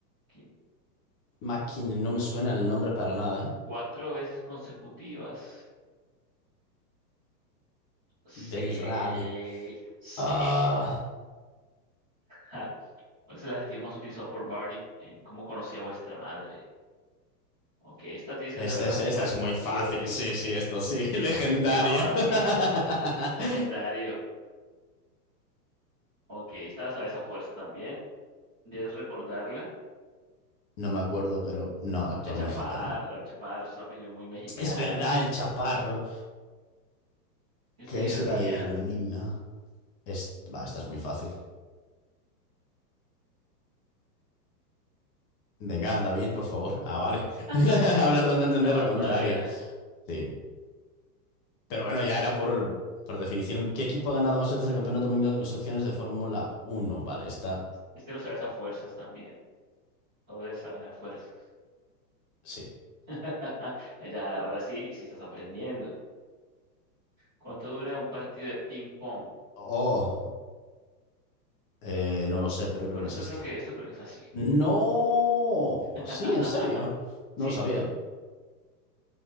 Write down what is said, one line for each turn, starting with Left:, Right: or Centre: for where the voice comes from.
Centre: King?
Left: McKinnon, no me suena el nombre para nada, ¿eh?
Centre: Cuatro veces consecutivas. Sí,
Left: Del rally.
Centre: sí.
Left: Ah.
Centre: Ja. ¿Cuál es el adjetivo más utilizado por Barney en cómo conocí a vuestra madre? Ok, esta tienes
Left: Este
Centre: que saber la
Left: es-
Centre: fuerza,
Left: esta es muy
Centre: sí
Left: fácil,
Centre: o sí.
Left: sí, sí, esto sí,
Centre: Si
Left: <laughs> legendario.
Centre: te cacheteaba,
Left: <laughs>
Centre: si no, legendario. Ok, esta la sabes a fuerza también. Debes recordarla.
Left: No me acuerdo, pero no, actor
Centre: Chaparro,
Left: mexicano.
Centre: Chaparro es un apellido muy mexicano.
Left: Es verdad, el chaparro,
Centre: Es
Left: que
Centre: la ironía,
Left: es la ironía. Es, va, esta es muy fácil. Venga, David, por favor. Ah, vale. <laughs>
Centre: <gasps>
Left: Hablar dando a entender
Centre: la más
Left: lo contrario.
Centre: larga.
Left: Sí. Pero bueno, ya era por, por definición. ¿Qué equipo ha ganado más veces el Campeonato Mundial de Construcciones de Fórmula uno Vale, esta,
Centre: Este lo sabes a fuerzas también. Lo debes saber a fuerzas.
Left: sí.
Centre: <laughs> Ya, ahora sí, sí estás aprendiendo. ¿Cuánto dura un partido de ping pong?
Left: Oh, eh, no lo sé, pero creo
Centre: Bueno,
Left: que es
Centre: esto
Left: esta.
Centre: creo que, esto creo que es así.
Left: No,
Centre: <laughs>
Left: sí, en serio. No lo sabía,
Centre: Sí,
Left: ¿eh?